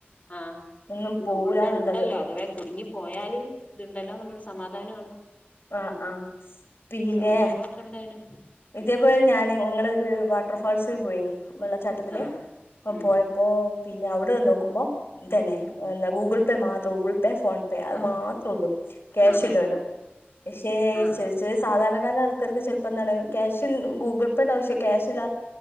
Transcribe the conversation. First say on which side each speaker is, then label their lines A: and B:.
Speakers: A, on the left; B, on the left.
A: ആഹ്
B: ഒന്നും
A: ഇത്
B: പോവൂലാന്നുള്ളത്
A: ഗൂഗിൾ പേ ഉണ്ടല്ലോ അഥവാേ കുടുങ്ങി പോയാല് ഇത്ണ്ടല്ലോ എന്നുള്ളൊരു സമാധാനമാണ്
B: ആഹ് ആഹ് പിന്നെ
A: സൗകര്യങ്ങളൊക്കെ ഉണ്ട് അതിന്
B: ഇതേപോലെ ഞാന് ഞങ്ങളൊരു വാട്ടർ ഫാൾസ് പോയിനി വെള്ളച്ചാട്ടത്തില്
A: ആഹ്
B: ആ
A: ഉം
B: പോയപ്പോ പിന്നെ അവിടെ നോക്കുമ്പോ ഇതന്നെ ഗൂഗിൾ പേ മാത്രം ഗൂഗിൾ പേ ഫോൺ പേ പേ അത്
A: ആഹ്
B: മാത്രേ ഉള്ളൂ ക്യാഷ്
A: ആഹ്
B: ഇല്ലേ ലോ പക്ഷേ
A: ആഹ്
B: പക്ഷേ സാധാരണകാരായ ആൾക്കാർക്ക് ചിലപ്പോ എന്താണ് ക്യാഷ് ഗൂഗിൾ പേന്റെ ആവശ്യ ക്യാഷ ഇല്ലാ